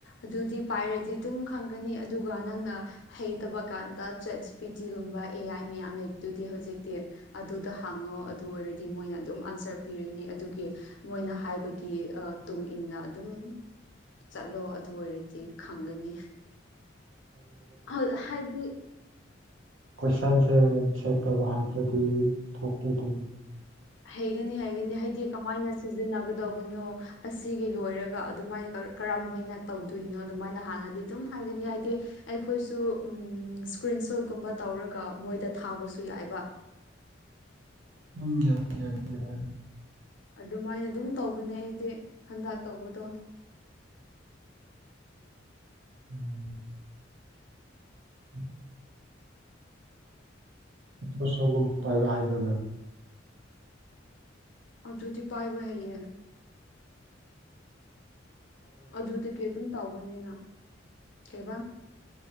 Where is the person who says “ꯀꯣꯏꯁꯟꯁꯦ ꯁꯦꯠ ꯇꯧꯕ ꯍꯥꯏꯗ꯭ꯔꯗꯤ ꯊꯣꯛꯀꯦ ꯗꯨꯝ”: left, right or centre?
Right